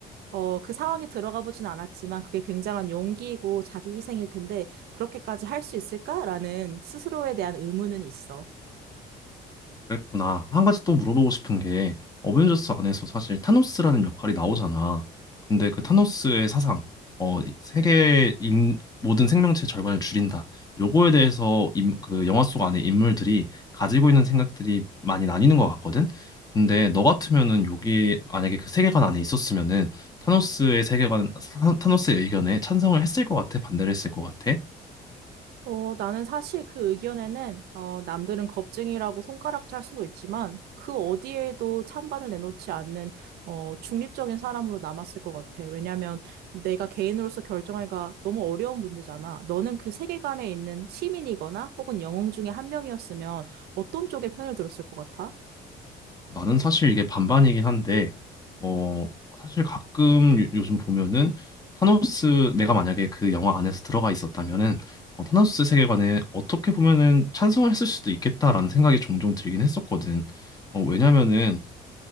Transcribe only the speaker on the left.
그랬구나. 한 가지 또 물어보고 싶은 게 어벤져스 안에서 사실 타노스라는 역할이 나오잖아. 근데 그 타노스의 사상, 어, 세계 인 모든 생명체 절반을 줄인다. 요거에 대해서 인- 그 영화 속 안에 인물들이 가지고 있는 생각들이 많이 나뉘는 것 같거든. 근데 너 같으면은 여기 만약에 그 세계관 안에 있었으면은 타노스의 세계관, 타- 타노스의 의견에 찬성을 했을 것 같아? 반대를 했을 것 같아?
나는 사실 이게 반반이긴 한데, 어, 사실 가끔 요- 요즘 보면은 타노스, 내가 만약에 그 영화 안에서 들어가 있었다면은, 어, 타노스 세계관에 어떻게 보면은 찬성을 했을 수도 있겠다라는 생각이 종종 들긴 했었거든. 어, 왜냐면은